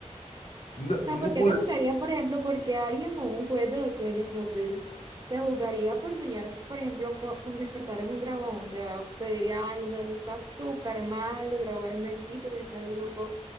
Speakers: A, on the left (about 70°); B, on the right (about 30°).
A: no, no
B: sea, ¿por
A: po-
B: qué te juzgarían, por ejemplo, porque alguien o un juez de los sueños, como tú dices, te juzgaría por soñar, por ejemplo, por- con despertar en un dragón? O sea, te diría, ay, no, eso está súper mal, los dragones no existen, está loco.